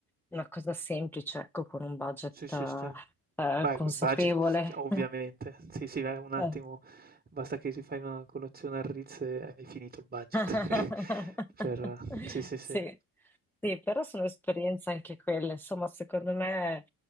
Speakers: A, in the centre; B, on the right.
A: una cosa semplice, ecco, con un budget
B: Sì, sì,
A: eh,
B: sì. Beh,
A: eh, consapevole.
B: col budget s ovviamente. Sì, sì, beh, un attimo,
A: <laughs>
B: basta che ti fai una colazione al Ritz e hai finito il budget
A: <laughs>
B: <laughs> per sì, sì, sì.
A: Sì, sì, però sono esperienze anche quelle. Insomma, secondo me,